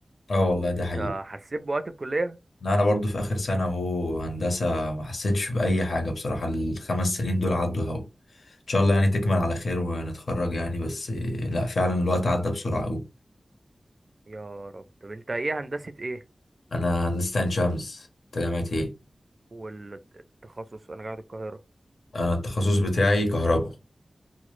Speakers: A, on the left; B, on the right.
A: اه والله ده
B: أنت
A: حقيقي
B: حسيت بوقت الكلية؟
A: لا، انا برضو في اخر سنة اهو هندسة ما حسيتش بأي حاجة بصراحة الخمس سنين دول عدوا اهو ان شاء الله يعني تكمل على خير ونتخرج يعني بس إيه، لا فعلا الوقت عدى بسرعة اوي
B: يا رب طب أنت إيه هندسة إيه؟
A: انا هندسة عين شمس انت جامعة ايه؟
B: والتخصص أنا جامعة القاهرة
A: انا التخصص بتاعي كهرباء